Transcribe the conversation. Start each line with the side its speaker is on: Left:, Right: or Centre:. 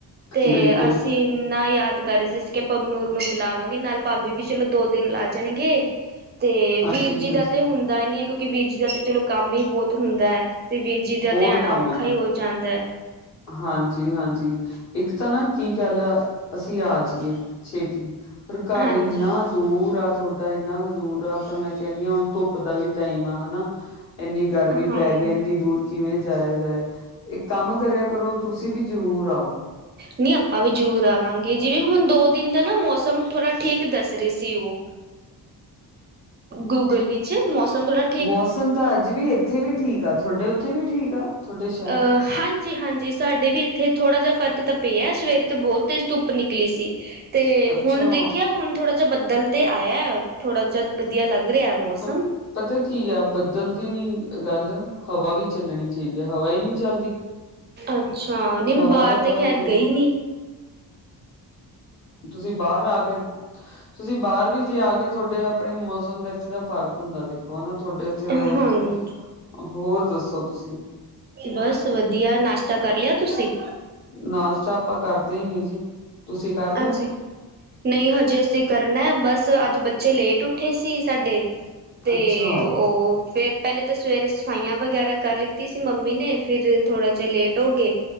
Right: ਤੇ
Left: ਬਿਲਕੁਲ
Right: ਅਸੀਂ ਇਨਾ ਯਾਦ ਕਰ ਰਹੇ ਸੀ ਅਸੀਂ ਕੇ - ਪਵਨੂਰ ਨੂੰ ਬੁਲਾਵਾਗੇ ਨਾਲ ਭਾਬੀ ਵੀ ਚਲੋ ਦੋ ਦਿਨ ਲਾ ਜਾਣਗੇ- ਤੇ
Left: ਹਾਂਜੀ
Right: ਵੀਰ ਜੀ
Left: ਹਾਂਜੀ
Right: ਦਾ ਤੇ ਹੁੰਦਾ ਨੀ ਹੈ ਕਿਉਂਕਿ ਵੀਰ ਜੀ ਦਾ ਤੇ ਚਲੋ ਕਮ ਹੀ ਬਹੁਤ ਹੁੰਦਾ ਹੈ। ਤੇ ਵੀਰ- ਜੀਦਾ
Left: ਬਹੁਤ
Right: ਆਣਾ
Left: ਕੰਮ
Right: ਤੇ ਔਖਾ
Left: ਹੁੰਦਾ
Right: ਹੀ ਹੋ ਜਾਂਦਾ ਹੈ।
Left: ਹਾਂਜੀ ਹਾਂਜੀ ਇੱਕ ਤਾਂ ਨਾ ਕੀ ਗੱਲ ਆ ਅਸੀਂ ਆ ਜਾਈਏ ਛੇਤੀ ਪਰ ਘਰ
Right: ਹਾਂਜੀ
Left: ਇੰਨਾ ਦੂਰ ਆ ਤ ਇੰਨਾ ਕੁ ਦੂਰ ਆ ਤਾਂ ਮੈਂ ਕਹਿੰਦੀ ਹਾਂ ਹੁਣ ਧੁੱਪ ਦਾ ਵੀ ਟਾਈਮ ਆ ਹਨਾ ਇੰਨੀ ਗਰਮੀ
Right: ਹਾਂ ਹਮ
Left: ਪੈ ਰਹੀ ਹੈ, ਇੰਨੀ ਦੂਰ ਕਿਵੇਂ ਜਾਇਆ ਜਾਏ। ਇੱਕ ਕੰਮ ਕਰਿਆ ਕਰੋ, ਤੁਸੀਂ ਵੀ ਜ਼ਰੂਰ ਆਓ।
Right: ਨਹੀਂ, ਆਪਾਂ ਵੀ ਜ਼ਰੂਰ ਆਵਾਂਗੇ। ਜਿਵੇਂ ਹੁਣ ਦੋ ਦਿਨ ਦਾ ਨਾ ਮੌਸਮ, ਥੋੜਾ ਠੀਕ ਦੱਸ ਰਹੇ ਸੀ ਉਹ। ਗੂਗਲ ਵਿੱਚ, ਮੌਸਮ ਥੋੜਾ
Left: ਮੌਸਮ ਤਾਂ, ਅੱਜ ਵੀ ਇੱਥੇ ਵੀ ਠੀਕ ਆ। ਤੁਹਾਡੇ ਉੱਥੇ ਵੀ ਠੀਕ ਆ? ਤੁਹਾਡੇ ਸ਼ਹਿਰ
Right: ਅ ਹਾਂ ਜੀ ਹਾਂਜੀ, ਸਾਡੇ ਵੀ ਇੱਥੇ ਥੋੜਾ ਜਿਹਾ ਫਰਕ ਤਾਂ ਪਿਆ ਹੈ, ਸਵੇਰੇ ਤੇ ਬਹੁਤ ਤੇਜ਼ ਧੁੱਪ ਨਿਕਲੀ ਸੀ। ਤੇ
Left: ਅੱਛਾ
Right: ਹੁਣ ਦੇਖਿਆ, ਹੁਣ ਥੋੜਾ ਜਿਹਾ ਬੱਦਲ ਤੇ ਆਇਆ ਥੋੜਾ ਜਹਾ, ਵਧੀਆ ਲੱਗ ਰਿਹਾ ਹੈ ਮੌਸਮ।
Left: ਪ ਪਤਾ ਕੀ ਆ, ਬੱਦਲ ਦੀ ਨੀ ਗੱਲ, ਹਵਾ ਵੀ ਚੱਲਣੀ ਚਾਹੀਦੀ ਹੈ। ਹਵਾ ਹੀ ਨਹੀਂ ਚੱਲਦੀ
Right: ਅੱਛਾ, ਨਹੀਂ ਮੈਂ
Left: ਹਵਾ
Right: ਬਾਹਰ
Left: ਤਾਂ
Right: ਤੇ
Left: ਬਹੁਤ
Right: ਖੈਰ
Left: ਜ਼ਰੂਰੀ
Right: ਗਈ ਨੀ।
Left: ਤੁਸੀਂ ਬਾਹਰ ਆ ਕੇ ਤੁਸੀਂ ਬਾਹਰ ਵੀ ਜੇ ਆ ਗਏ, ਤੁਹਾਡੇ ਆਪਣੇ ਮੌਸਮ ਦਾ ਇੱਥੇ ਦਾ ਫ਼ਰਕ ਹੁੰਦਾ ਦੇਖੋ, ਹਨਾ। ਤੁਹਾਡੇ ਉੱਥੇ
Right: ਹਾਂ
Left: ਦਾ ਹੀ,
Right: ਹਮ
Left: ਹੋਰ ਦੱਸੋ ਤੁਸੀਂ?
Right: ਬਸ ਵਧੀਆ, ਨਾਸ਼ਤਾ ਕਰ ਲਿਆ ਤੁਸੀਂ?
Left: ਨਾਸ਼ਤਾ, ਆਪਾਂ ਕਰਦੇ ਹੀ ਨੀ ਜੀ। ਤੁਸੀਂ ਕਰ ਲਿਆ
Right: ਅੱਛਾ। ਨਹੀਂ ਹਜੇ ਅਸੀਂ ਕਰਨਾ, ਬਸ ਅੱਜ ਬੱਚੇ ਲੇਟ ਉੱਠੇ ਸੀ ਸਾਡੇ। ਤੇ
Left: ਅੱਛਾ
Right: ਉਹ ਫੇਿਰ ਪਹਿਲੇ ਤਾਂ ਸਵੇਰੇ, ਸਫਾਈਆਂ ਵਗੈਰਾ ਕਰ ਲਿੱਤੀ ਸੀ ਮੰਮੀ ਨੇ, ਫਿਰ ਥੋੜਾ ਜਿਹਾ ਲੇਟ ਹੋ ਗਏ।